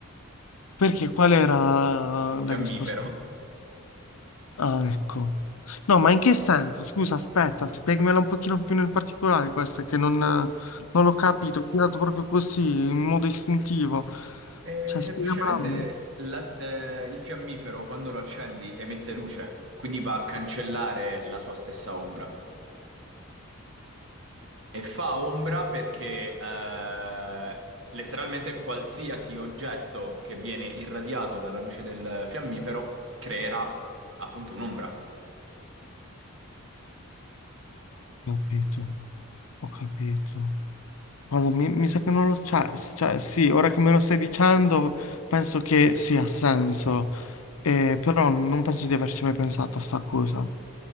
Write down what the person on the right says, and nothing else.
Il fiammifero.
Eh,
semplicemente
la- eh, il fiammifero quando lo accendi emette luce, quindi va a cancellare la sua stessa ombra. E fa ombra perché eh, letteralmente qualsiasi oggetto che viene irradiato dalla luce del fiammifero creerà appunto un'ombra.